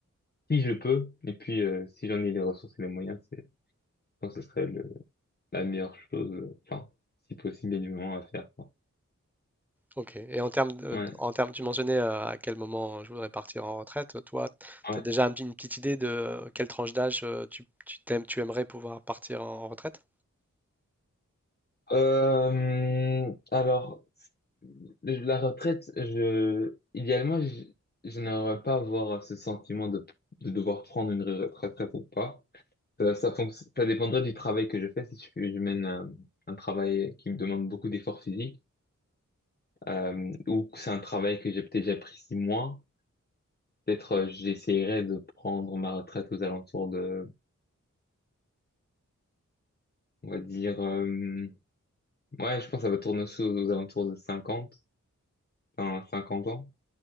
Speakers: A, on the left (about 30°); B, in the centre.
A: si je peux, et puis, euh, si j'en ai les ressources et les moyens, c'est, je pense que ce serait le, la meilleure chose, euh, enfin, si possible, et moment à faire, quoi.
B: Ok. Et en termes de-
A: Ouais,
B: en termes, tu mentionnais euh, à quel moment je voudrais partir en retraite. Toi,
A: ouais.
B: tu as déjà un petit- une petite idée de quelle tranche d'âge euh, tu, tu t'aimes- tu aimerais pouvoir partir en en retraite?
A: Euh, alors, la retraite, je, idéalement, je, je n'aimerais pas avoir ce sentiment de, de devoir prendre une retraite ou pas. Ça, ça, fonc- ça dépendrait du travail que je fais. Si je, je mène un, un travail qui me demande beaucoup d'efforts physiques, euh, ou que c'est un travail que j'ai peut-être déjà pris six mois, peut-être euh, j'essaierai de prendre ma retraite aux alentours de, on va dire, euh, Ouais, je pense que ça va tourner aussi aux, aux alentours de 50, enfin 50 ans,